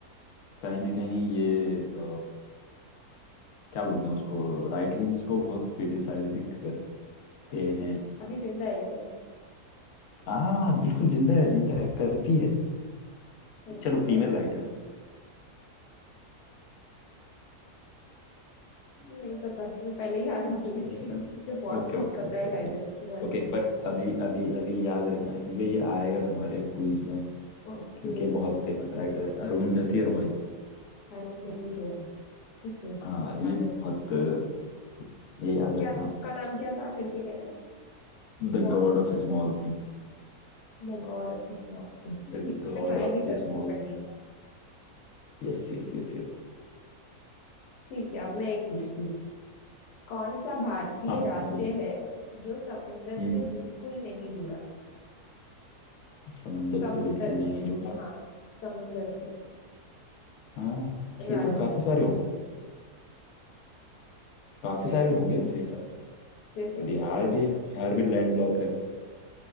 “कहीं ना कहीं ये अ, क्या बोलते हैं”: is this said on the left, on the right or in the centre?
Left